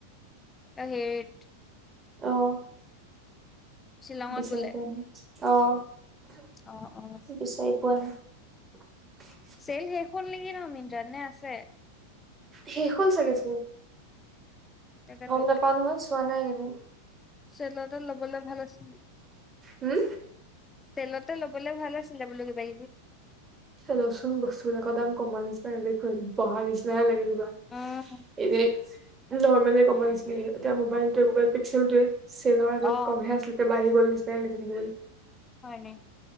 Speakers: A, on the left; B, on the right.
A: এই হেত
B: অঁ
A: শ্বিলঙত
B: বিচাৰি
A: গ'লে
B: পোৱা নাই, অঁ
A: অ অ
B: বিচাৰি পোৱা‌‌ নাই।
A: চেৰ শেষ হ'ল নেকি ন, মিনত্ৰাত নে আছে?
B: শেষ হ'ল চাগে ছেল।
A: তাকেতো
B: গম নাপাও নহয় চোৱা নাই এইকেইদিন
A: চেলৰটাত লবলৈ ভাল আছিলে।
B: উম
A: তেলতে ল'বলৈ ভাল আছিলে বুলো কিবি কিবি।
B: চাইলকচোন বস্তু বিলাকৰ দাম কমা নিচিনা নেদখো বহা নিচিনাহে লাগে। এনে
A: উম
B: নৰ্মেলে কমাইছিল এতিয়া মবাইল টোৱে গাবেল পিক্সেল টোয়ে চেলৰ আগত
A: অ
B: কমহে আছিলে কেবা আহি গল নিচিনাই লাগিছে
A: হয় নি